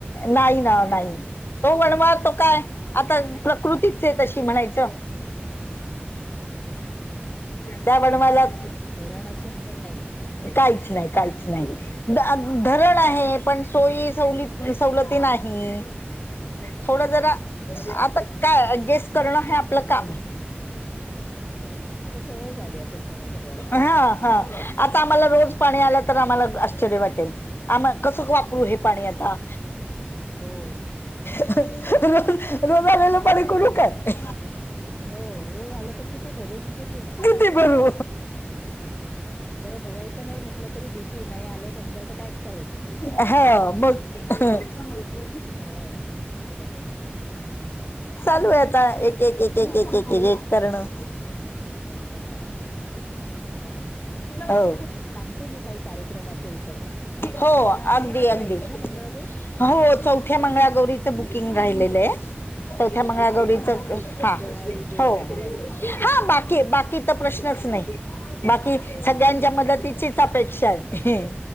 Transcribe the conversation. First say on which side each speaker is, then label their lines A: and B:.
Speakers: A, on the left (about 65°); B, on the left (about 30°).
A: नाही ना नाही तो वणवा तो काय आता प्रकृतीच ये तशी म्हणायचं
B: हम्म.
A: त्या वनव्यालाच
B: रान असून पण नाही
A: काहीच नाही काहीच नाही ध धरण आहे पण सोयी सव सवलती नाही
B: हम्म.
A: थोडं जरा आता काय गेस करणं हे आपलं काम ये
B: बरोबर आता सवय झाली असेल तुम्हा सगळ्यांना.
A: हा हा आता आम्हाला रोज पाणी आल तर आम्हाला आश्चर्य वाटेल आम कसं वापरू हे पाणी आता
B: हो
A: रोज रोज आलेलं पाणी करू काय
B: हो रोज आल तर किती भरू आणी किती नाही
A: कीती भरू
B: बरं भरायचं नाही म्हटलं तरी भीती नाही आलं समजा तर काय करायचं
A: <unintelligible> <unintelligible>
B: हो बरोबर
A: चालू हाय आता एक एक एक
B: चाल
A: एक एक एक एक एक करण
B: ह चालेल चालेल
A: हो
B: सांगते मी काही कार्यक्रम असेल तर मग तुम्हाला परत
A: हो
B: पण आता
A: अगदी
B: एकच राहिली
A: अगदी.
B: ना मंगलागवर
A: हो चौथ्या मंगळागौरीचं बुकिंग राहिलेलंय चौथ्या
B: हा
A: मंगळागौरीच
B: ठीक आहे पण बाकी
A: हा
B: डोहाळी जेवण
A: हो
B: वगैरे असेल तर सांगेन
A: हा बाकी
B: तसं.
A: बाकी चा प्रश्नच नाही बाकी
B: हो
A: सगळ्यांच्या
B: हो
A: मदतीचीच अपेक्षा हाय